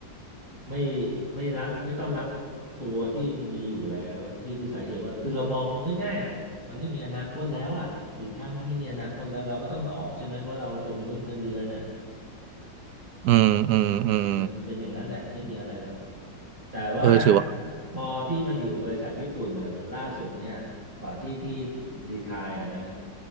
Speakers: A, on the right (about 25°); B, on the right (about 65°).
A: ไม่ไม่รับไม่ต้อนรับตัวที่มีอยู่แล้วนี่คือสาเหตุว่าคือเรามองง่ายๆอ่ะ มันไม่มีอนาคตแล้วอ่ะสินค้ามันไม่มีอนาคตแล้วเราก็ต้องออกใช่ไหมเพราะเราเป็นมนุษย์เงินเดือนอ่ะ
B: อืมอืมอืม
A: เออเป็นอย่างนั้นแหละไม่มีอะไรหรอกแต่ว่า
B: เออถือว่า
A: พอพี่มาอยู่บริษัทญี่ปุ่นน่ะล่าสุดเนี่ยก่อนที่พี่รีไทร์อ่ะนะ